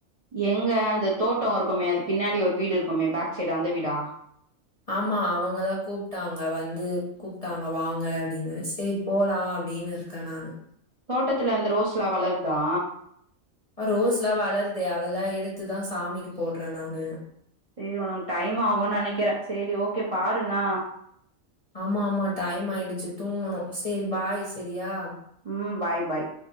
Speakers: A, on the right; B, on the left.
A: எங்க அந்த தோட்ட இருக்குமே அது பின்னாடி ஒரு வீடு இருக்குமே பேக் சைடு அந்த வீடா
B: ஆமா அவங்கதா கூப்ட்டாங்க வந்து கூப்ட்டாங்க வாங்க அப்டினு சேரி போலா அப்டினு கனானு
A: தோட்டத்துல அந்த ரோஸ்லாம் வளருதா
B: ரோஸ்லா வளருது அதெல்லா எடுத்துதா சாமிக்கு போட்ற நானு
A: சேரி ஒனக்கு டைம் ஆகும் நெனைக்கிறே சேரி ஓகே பாருண்ணா
B: ஆமா ஆமா டைம் ஆயிடுச்சு தூங்கணு சரி பாய் செரியா
A: ம் பாய் பாய்